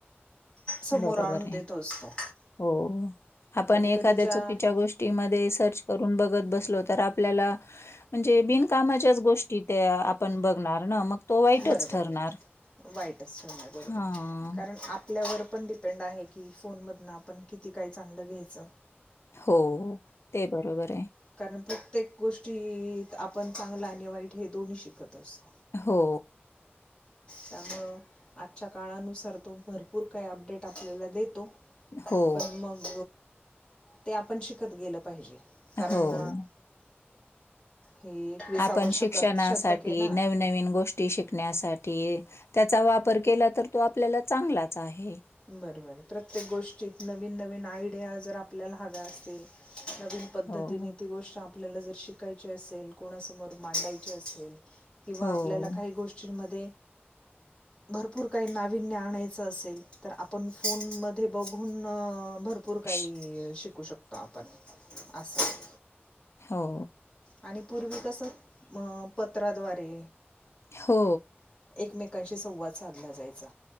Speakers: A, on the left; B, on the left.
A: समोर
B: बरोबर
A: आणून
B: आहे.
A: देतो असतो.
B: हो आपण
A: कधी
B: एखाद्या
A: कधी ज्या
B: चुकीच्या
A: आप
B: गोष्टीमध्ये. सर्च करून बघत बस आपल्याला. म्हणजे बिनकामाच्याच गोष्टीत्या आपण बघणार ना मग. तो वाईटच
A: बरोबर.
B: ठरणार.
A: वाईटच असतो. बरोबर
B: हां.
A: कारण आपल्यावर. पण डिपेंड आहे की. फोनमधन आपण किती काय चांगलं घ्यायचं.
B: हो ते बरोबर आहे.
A: कारण प्रत्येक गोष्टी ही आपण चांगलं आणि वाईट हे दोन्ही शिकत असतो.
B: हो.
A: त्यामुळं आजच्या काळानुसार तो भरपूर काही अपडेट आपल्याला देतो.
B: हो,
A: पण मग. ते आपण शिकत गेलं पाहिजे. कारण.
B: हो.
A: हे एकविसावं
B: आपण
A: शकत
B: शिक्षणासाठी.
A: शतक आहे ना
B: नवनवीन गोष्टी शिकण्यासाठी. ते त्याचा वापर केला तर तो आपल्याला चांगलाच. आहे.
A: बरबर प्रत्येक गोष्टीत नवीन-नवीन आयडिया जर आपल्याला हव्या असतील. नवीन पद्धतीने
B: हो,
A: ती गोष्ट आपल्याला जर शिकायची असेल. कोणासमोर जर मांडायची असेल. किंवा
B: हो.
A: आपल्याला काही गोष्टींमध्ये भरपूर काही नावीन्य आणायच असेल. तर आपण फोन मध्ये बघून. भरपूर काही
B: श
A: शिकू शकतो. आपण असं.
B: हो.
A: आणि पूर्वी कसं पत्राद्वारे
B: हो.
A: एकमेकांशी संवाद साधला जायचा.